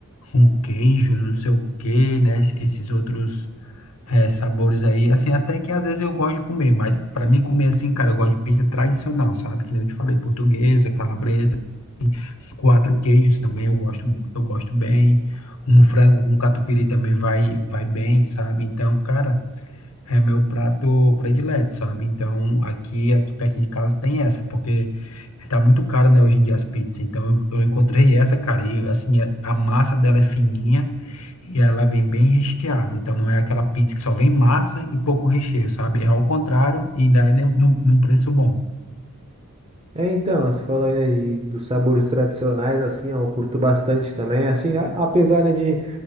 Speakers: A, on the left; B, on the right.
A: com queijo, não sei o quê, né? es- Esses outros eh, sabores aí. Assim, até que às vezes eu gosto de comer, mas para mim comer assim, cara, eu gosto de pizza tradicional, sabe? Que nem eu te falei, portuguesa, calabresa, quatro queijos também eu gosto, eu gosto bem. Um frango com catupiry também vai, vai bem, sabe? Então, cara, é meu prato predileto, sabe? Então, aqui, aqui perto de casa tem essa, porque Tá muito caro, né, hoje em dia as pizzas. Então eu eu encontrei essa, cara, e assim, a a massa dela é fininha, e ela vem bem recheada, então não é aquela pizza que só vem massa e pouco recheio, sabe? É ao contrário e ainda é num, num num preço bom.
B: É, então, você falou aí, né, de, dos sabores tradicionais, assim, ó, eu curto bastante também, assim, a- apesar, né, de